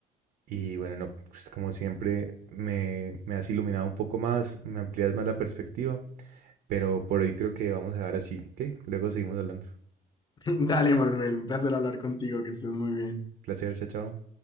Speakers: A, on the right; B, on the left.
A: y bueno, no, pues como siempre, me, me has iluminado un poco más, me amplías más la perspectiva, pero por hoy creo que vamos a dejar así, ¿ok? Luego seguimos hablando.
B: <laughs> Dale, Manuel, un placer hablar contigo, que estés muy bien.
A: Placer, chao, chao.